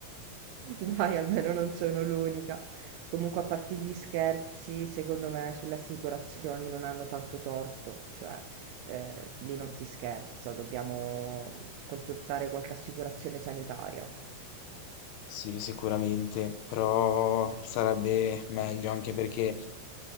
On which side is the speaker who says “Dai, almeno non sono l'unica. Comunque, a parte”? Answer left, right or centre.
Right